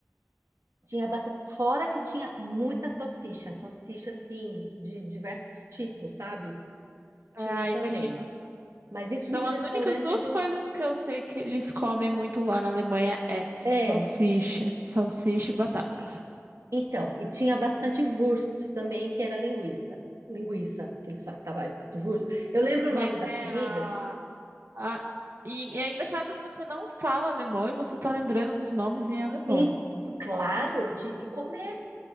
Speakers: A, on the right; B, on the right.
A: Tinha bastante... Fora que tinha muita salsicha, salsicha assim, de diversos tipos, sabe? Tinha
B: Ah,
A: também.
B: imagino.
A: Mas isso
B: São
A: no restaurante
B: as únicas duas
A: do.
B: coisas que eu sei que eles comem muito lá na Alemanha é
A: É,
B: salsicha, salsicha e batata.
A: então, e tinha bastante Wurst também, que era linguista. Linguiça, que eles falam, tava escrito Wurst. Eu lembro o
B: Mas
A: nome das
B: é
A: comidas,
B: a, a- E, e é engraçado que você não fala alemão e você tá lembrando dos nomes em alemão.
A: e claro, eu tinha que comer,